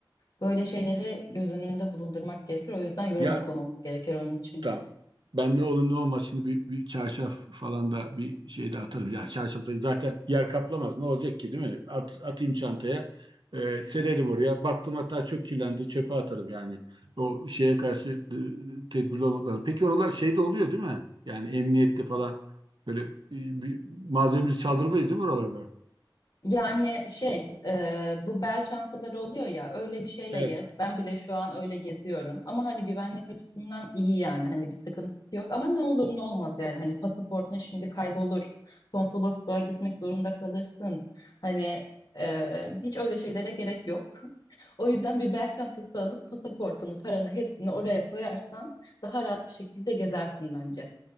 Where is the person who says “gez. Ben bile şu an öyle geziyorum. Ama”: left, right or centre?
Left